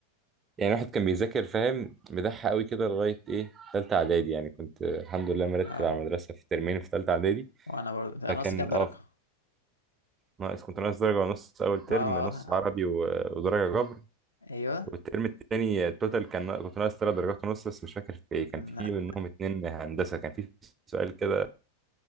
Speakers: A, on the right (about 25°); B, on the left (about 75°).
A: يعني واحد كان بيذاكر فاهم مدح قوي كده لغاية ايه تالتة اعدادي يعني كنت آه، الحمد لله مرتب
B: اه
A: على المدرسة في ترمين في تالتة اعدادي
B: وانا برضه انا
A: فكان
B: ناقص كام درجه
A: اه ناقص كنت ناقص درجة ونص اول ترم
B: اه
A: نص عربي و- ودرجة جبر
B: ايوه
A: والترم التاني التوتال كان كنت ناقص ثلاث درجات ونص بس مش فاكر في ايه كان
B: لا
A: في منهم اتنين هندسة كان في سؤال كده